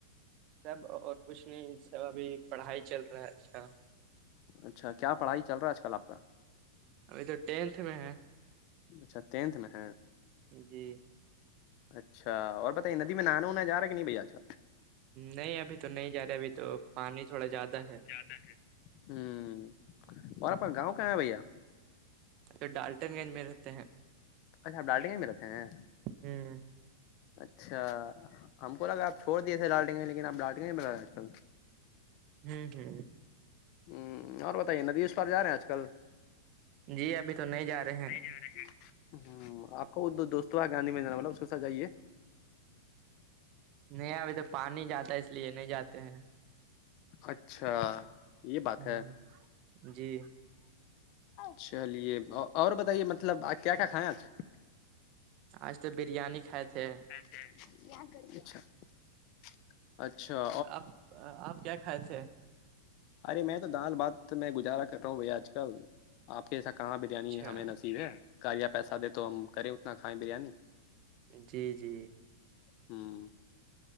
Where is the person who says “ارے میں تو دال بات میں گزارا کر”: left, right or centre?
Left